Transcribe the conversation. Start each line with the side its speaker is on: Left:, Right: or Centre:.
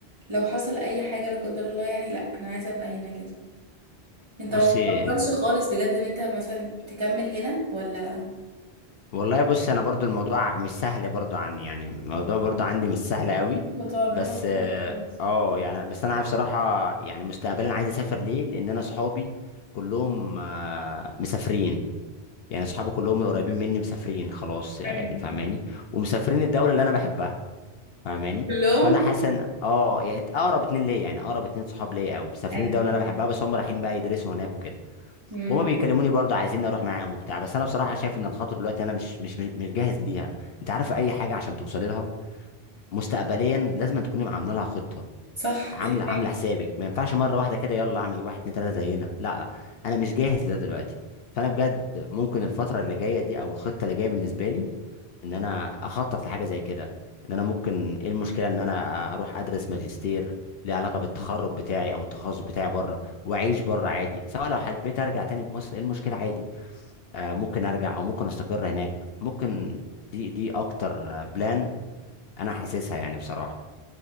Right: لو حصل اي حاجة لا قدر الله يعني لا انا عايزة ابقى هنا كده انت
Left: بصي
Right: ما بتفكرش خالص بجد ان انت مثلا تكمل هنا ولا
Left: والله بص انا برضو الموضوع مش سهل برضو عن يعني الموضوع برضو عندي مش سهل قوي
Right: أيوة طبعا الموضوع
Left: بس اه
Right: صعب خالص
Left: آه، يعني بس انا بصراحه يعني مستقبلا عايز اسافر ليه لان انا اصحابي كلهم آه مسافرين يعني اصحابي كلهم القريبين مني مسافرين خلاص يعني
Right: ايوه
Left: فاهماني ومسافرين الدوله اللي انا بحبها فاهماني
Right: كلهم
Left: فانا حاسس ان اه يعني اقرب اتنين ليا يعني اقرب اتنين صحاب ليا قوي مسافرين
Right: ايوه
Left: الدوله اللي انا بحبها بس هم رايحين بقى يدرسوا هناك وكده
Right: امم
Left: وهما بيكلموني برضه عايزين اروح معاهم وبتاع بس انا بصراحه شايف ان الخطوه دلوقتي انا مش مش مش مش جاهز ليها انت عارف اي حاجه عشان توصلي لها مستقبليا لازم تكوني عامله لها خطه
Right: صح
Left: عامله
Right: دي حقيقة
Left: عامله حسابك ما ينفعش مره واحده كده يلا اعمل واحد اتنين تلاته زينا لا انا مش جاهز لده دلوقتي فانا بجد ممكن الفتره اللي جايه دي او الخطه اللي جايه بالنسبه لي ان انا اخطط لحاجه زي كده ان انا ممكن ايه المشكله ان انا اروح ادرس ماجستير ليه علاقه بالتخرج بتاعي او التخصص بتاعي بره واعيش بره عادي سواء لو حبيت ارجع تاني مصر ايه المشكله عادي آه، ممكن ارجع او ممكن استقر هناك ممكن دي دي اكتر بلان انا حاسسها يعني بصراحه